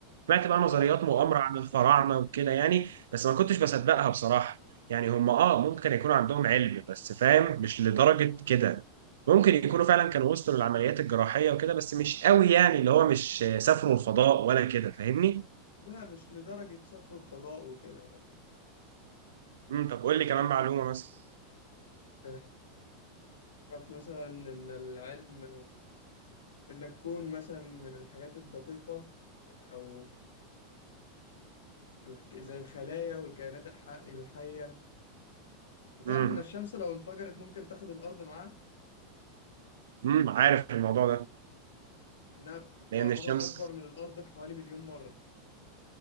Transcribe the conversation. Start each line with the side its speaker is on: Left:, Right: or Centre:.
Right: سمعت بقى نظريات
Left: آه
Right: مؤامره عن الفراعنه وكده يعني بس ما كنتش بصدقها بصراحه يعني هم اه ممكن يكون عندهم علم بس فاهم مش لدرجه كده ممكن يكونوا فعلا كانوا وصلوا للعمليات الجراحيه وكده بس مش قوي يعني اللي هو مش سافروا الفضاء ولا كده فاهمني
Left: لا مش لدرجة سافروا الفضاء وكده
Right: امم طب قول لي كمان معلومه مثلا
Left: لا. أعرف مثلا إن العلم إن الكون مثلا من الحاجات الدقيقة أو الك- زي الخلايا والكائنات الح... الحية أنت تعرف
Right: امم
Left: إن الشمس لو انفجرت ممكن تاخد الأرض معاها
Right: امم عارف الموضوع ده
Left: إنها بتعتبر
Right: لان الشمس
Left: أكبر من الأرض بحوالي مليون مرة